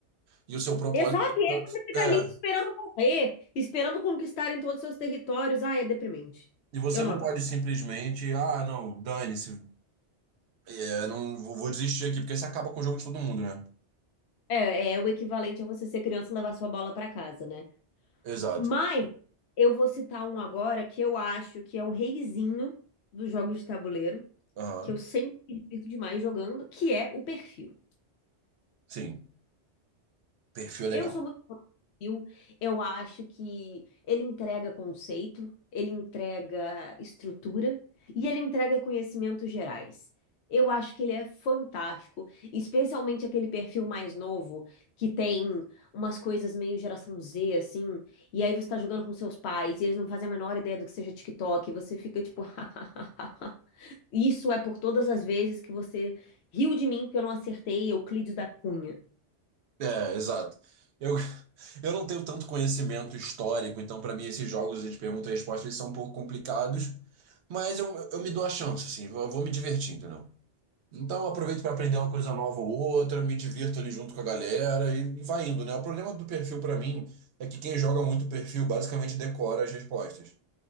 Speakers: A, on the right; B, on the left.
A: e o seu propósito
B: Exato, e aí
A: fica-
B: você fica
A: É,
B: ali esperando morrer, esperando conquistarem todos os seus territórios. Ah, é deprimente.
A: e você
B: Eu não
A: não
B: aguento.
A: pode simplesmente, ah, não, dane-se, é, não vou, vou desistir aqui, porque você acaba com o jogo de todo mundo, né?
B: É, é o equivalente a você ser criança e levar sua bola pra casa, né?
A: Exato.
B: Mas eu vou citar um agora que eu acho que é o reizinho dos jogos de tabuleiro,
A: Aham,
B: que eu sempre me divirto demais jogando, que é o perfil.
A: sim. Perfil é legal.
B: Eu sou muito fã do Brasil. Eu acho que ele entrega conceito, ele entrega estrutura e ele entrega conhecimentos gerais. Eu acho que ele é fantástico, especialmente aquele perfil mais novo que tem umas coisas meio geração Z, assim, e aí você tá jogando com seus pais e eles não fazem a menor ideia do que seja TikTok, e você fica tipo, <laughs> isso é por todas as vezes que você riu de mim porque eu não acertei Euclides da Cunha.
A: É, exato. Eu, <laughs> eu não tenho tanto conhecimento histórico, então para mim esses jogos de pergunta e resposta eles são um pouco complicados, mas eu, eu me dou a chance, assim, eu vou me divertindo, Então, eu aproveito para aprender uma coisa nova ou outra, me divirto ali junto com a galera e e vai indo, né? O problema do perfil para mim é que quem joga muito perfil basicamente decora as respostas.